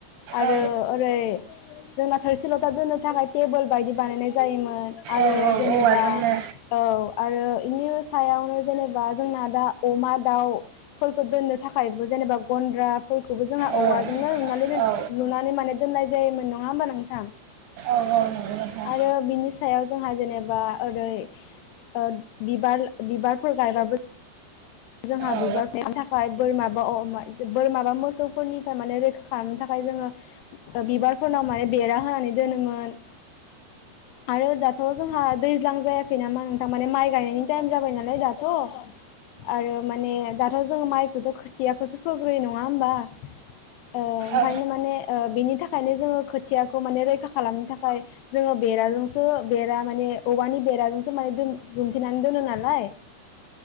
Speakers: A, on the left (about 80°); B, on the right (about 75°).
A: आरो
B: औ
A: ओरै जोंना थोरसिल'था दोनो आ बा थाखाय टेबोल बायदि बानायनाय जायोमोन। मोन आरो
B: औ
A: जेनेबा
B: औवाजोंनो
A: औ आरो इनिउ सायावनो जेनेबा जोंना दा अमा, दाव फोरखौ दोननो थाखायबो जेनेबा गन्द्रा फोरखौबो जोंआ
B: औ
A: औवा ओमनानै दोन
B: औ
A: लुनानै माने दोननाय जाय योमोन नङा होमबा नोंथां?
B: औ औ नंगौ नोंथां
A: आरो बिनि सायाव जोंहा जेनेबा ओरै ओ बिबाल-बिबारफोर गायबाबो जोंहा बिबार
B: औ
A: खानो थाखाय बोरमा-बा अ-मा बोरमाबा मोसौफोरनिफ्राय माने रैखा खालामनो थाखाय जोंङो ओ बिबारफोरनाव माने बेरा होनानै दोनोमोन। आरो दाथ' जोंहा दैज्लां जायाखै नामा नों थारमाने माइ गायनायनि टाइम जाबाय नालाय दाथ' आरो माने दाथ' जों माइखौथ' खोथियाखौसो फोग्रो नङा होमबा? ओ ओमफायनो
B: औ
A: माने ओ बेनि थाखायनो जोङो खोथियाखौ माने रैखा खालामनो थाखाय जोङो बेराजोंसो बेरा माने औवानि बेराजोंसो माने दुमथेनानै दोनो नालाय